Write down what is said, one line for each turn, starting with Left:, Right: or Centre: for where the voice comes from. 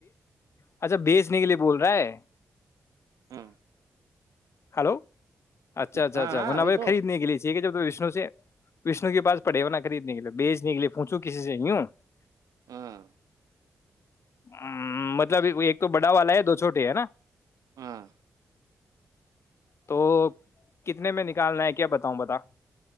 Left: اچھا بیچنے کے لیے بول رہا ہے
Right: ہاں
Left: <unintelligible> ہلو اچھا اچھا
Right: ہاں
Left: اچھا
Right: ہاں
Left: منا
Right: وہی
Left: بھائی
Right: تو
Left: خریدنے گے ٹھیک ہے جب تو وشنو سے وشنو کے پاس پڑےونا خریدنےکلے بیچ نکلے پوچھو کسی سے یوں ہ
Right: ہاں
Left: م مطلب ایک تو بڑا والا ہے دو چھوٹے ہے نا
Right: ہاں
Left: تو کتنے میں کالنا ہے کیا بتاؤں بتا